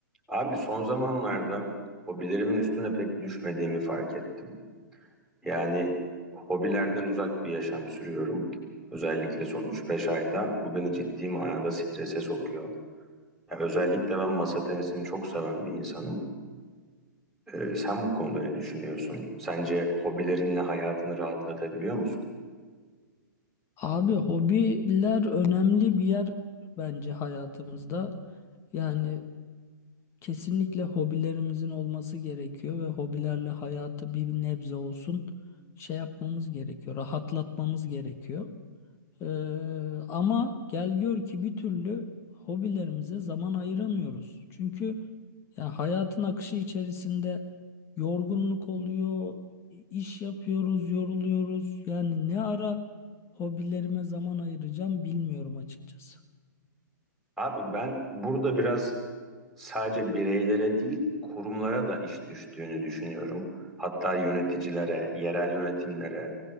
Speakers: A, in the centre; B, on the left.
A: Abi son zamanlarda hobilerimin üstüne pek düşmediğimi fark ettim. Yani hobilerden uzak bir yaşam sürüyorum. Özellikle son üç beş ayda bu beni ciddi manada strese sokuyor. Ya özellikle ben masa tenisini çok seven bir insanım. Ee, sen bu konuda ne düşünüyorsun? Sence hobilerinle hayatını rahatlatabiliyor musun?
B: Abi hobiler önemli bir yer bence hayatımızda. Yani kesinlikle hobilerimizin olması gerekiyor ve hobilerle hayatı bir nebze olsun şey yapmamız gerekiyor, rahatlatmamız gerekiyor. Ee, ama gel gör ki bir türlü hobilerimize zaman ayıramıyoruz. Çünkü yani hayatın akışı içerisinde yorgunluk oluyor, iş yapıyoruz, yoruluyoruz. Yani ne ara hobilerime zaman ayıracağım bilmiyorum açıkçası.
A: Abi ben burada biraz sadece bireylere değil kurumlara da iş düştüğünü düşünüyorum. Hatta yöneticilere, yerel yönetimlere.